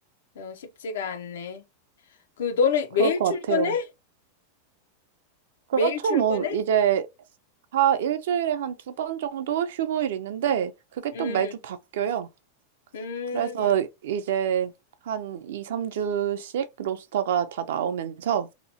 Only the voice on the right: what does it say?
그럴
것
같아요. 그렇죠,
뭐. 이제 다 일주일에 한 두 번 정도 휴무일 있는데 그게
또 매주 바뀌어요.
그래서 이제 한 2, 3주씩 로스터가 다 나오면서